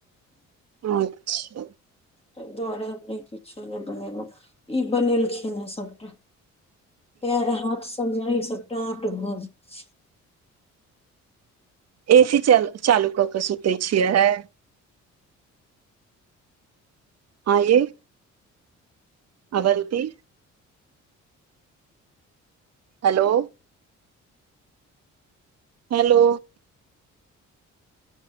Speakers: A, on the right (about 55°); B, on the left (about 20°).
A: अच्छा
B: ताहि दुआरे अपने किच्छो नय बनेलहुँ ई बनेलखिन ह सभटा पैर हाथ सब जे एैख सब टााँट भ जाय छै
A: ए सी च चालू कऽ के सुतै छियै अयै अबंती हेलो हेलो